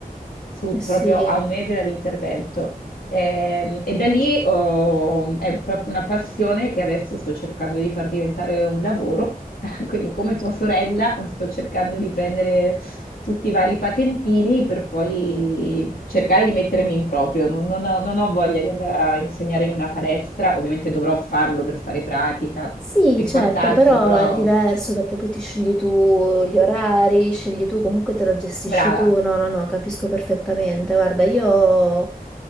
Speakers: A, on the left (about 70°); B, in the centre.
A: su-
B: Eh
A: proprio
B: sì,
A: a un mese dall'intervento. Ehm, E, da lì ho- è proprio una passione che adesso sto cercando di far diventare un lavoro. <laughs> Quindi, come tua sorella, sto cercando di prendere tutti i vari patentini per poi cercare di mettermi in proprio. Non, non ho, non ho voglia di andare a insegnare in una palestra, ovviamente dovrò farlo per fare pratica
B: Sì,
A: e
B: certo,
A: quant'altro,
B: però
A: però
B: è diverso perché poi ti scegli tu gli orari, scegli tu, comunque te lo gestisci
A: brava.
B: tu. No, no, no, capisco perfettamente. Guarda, io,